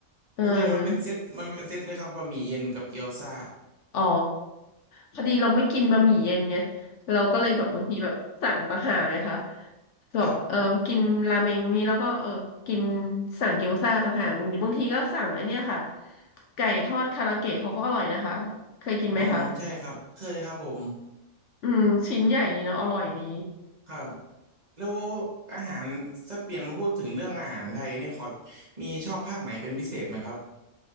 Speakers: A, on the left; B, on the right.
A: เออ
B: มันเป็นมันเป็นเซตมันเป็นเซตเลยครับบะหมี่เย็นกับเกี๊ยวซ่า
A: อ๋อพอดีเราไม่กินบะหมี่เย็นไงเราก็เลยแบบบางทีแบบสั่งต่างหากไงคะ
B: <laughs>
A: แบบเออกินราเมงนี้แล้วก็เออกิน
B: ครับ
A: สั่งเกี๊ยวซ่าต่างหากบางทีบางทีก็สั่งไอเนี้ยค่ะไก่ทอดคาราเกะเขาก็อร่อยนะคะเคยกินไหมคะ
B: อ๋อใช่ครับเคยครับผม
A: อืมชิ้นใหญ่ดีเนาะอร่อยดี
B: ครับ แล้วอาหารถ้าเปลี่ยนมาพูดถึงเรื่องอาหารไทยนี่ขอมีชอบภาคไหนเป็นพิเศษไหมครับ